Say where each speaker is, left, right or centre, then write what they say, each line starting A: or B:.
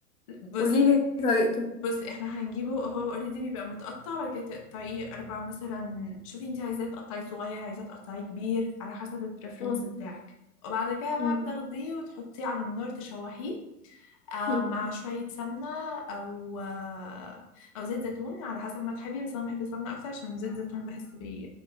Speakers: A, on the left (about 25°); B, on the left (about 65°).
A: بصي
B: قوليلي طريقته
A: بصي احنا هنجيبه هو اوريدي بيبقى متقطع بعد كده تقطعيه اربع مثلا شوفي انتي عايزاه تقطعيه صغير عايزاه تقطعيه كبير على حسب البريفرنس
B: مم.
A: بتاعك وبعد كده بقى
B: مم.
A: بتاخديه وتحطيه على النار تشوحيه آه،
B: مم.
A: مع شوية سمنة أو آه، أو زيت زيتون على حسب ما تحبي بس أنا بحب السمنة أكتر عشان زيت زيتون بحس بي